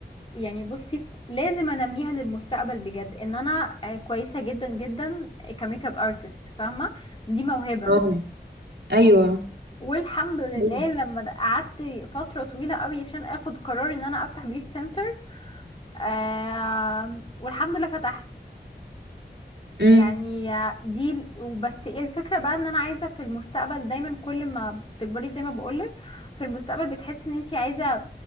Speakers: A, on the left; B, on the right.
A: يعني بصي لازم انميها للمستقبل بجد ان انا آه، كويسه جدا جدا كميك اب ارتست فاهمه دي موهبه
B: اه ايوه
A: والحمد لله
B: أيوة.
A: لما د- قعدت فتره طويله قوي عشان اخد قرار ان انا افتح بيوت سنتر آه والحمد لله فتحت
B: امم
A: يعني دي وبس ايه الفكرة بقى ان انا عايزة في المستقبل دايما كل ما بتكبري زي ما بقولك في المستقبل بتحسي ان انتي عايزة